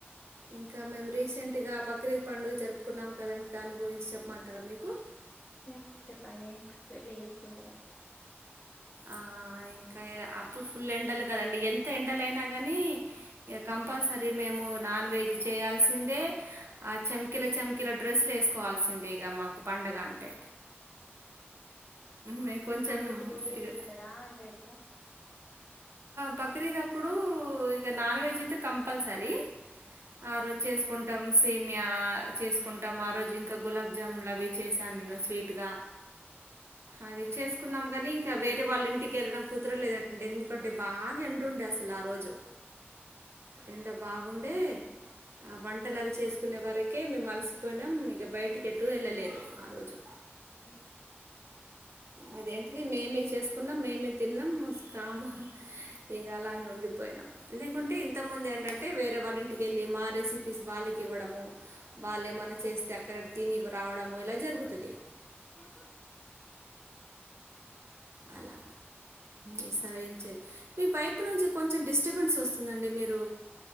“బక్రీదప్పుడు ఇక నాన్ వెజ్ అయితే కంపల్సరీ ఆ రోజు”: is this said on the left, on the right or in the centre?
Right